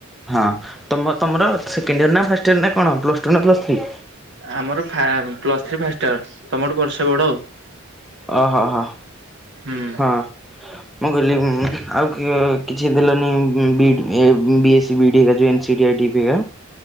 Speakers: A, in the centre; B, on the right (about 55°).
A: ହଁ ତମ ତମର ସେକେଣ୍ଡ ଇୟର ନା ଫାଷ୍ଟ ଇୟର ନା କଣ? ପ୍ଲସ୍ ଟୁ ନା ପ୍ଲସ୍ ଥ୍ରୀ?
B: ଆମର ଫାର୍ମ ପ୍ଲସ୍ ଥ୍ରୀ ଫାଷ୍ଟ ଇୟର୍। ତମଠୁ ବର୍ଷେ ବଡ ଆଉ।
A: ଓ ହୋ ହୋ
B: ହୁଁ
A: ହଁ, ମୁଁ କହିଲି ଉଁ ଆଉ କିଏ କିଛି ଦେଲନି ଉଁ ଉଁ ବିଡ୍ ଏ ବିଏସି ବିଡ୍ ହରିକା ଯେଉଁ N C T I T ହରିକା?